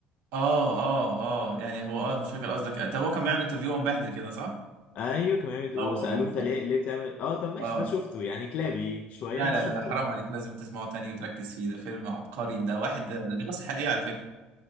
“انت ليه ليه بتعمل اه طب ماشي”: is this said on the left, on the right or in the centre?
Left